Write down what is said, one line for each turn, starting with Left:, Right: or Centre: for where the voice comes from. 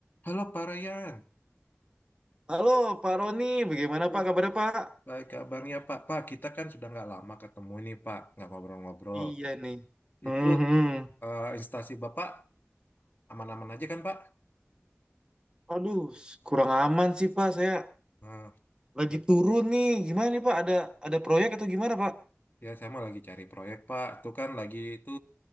Left: Halo Pak Ryan,
Right: Halo Pak Roni, bagaimana
Left: Halo.
Right: Pak kabarnya Pak?
Left: baik kabarnya Pak. Pak, kita kan sudah nggak lama ketemu ini Pak, nggak ngobrol-ngobrol.
Right: Iya nih. Mhm.
Left: Itu eh, instansi Bapak aman-aman aja kan Pak?
Right: Aduh, s- kurang aman sih Pak. Saya
Left: Nah,
Right: lagi
Left: ya
Right: turun nih. Gimana nih Pak? Ada ada proyek atau gimana Pak?
Left: ya, saya mah lagi cari proyek Pak. Itu kan lagi itu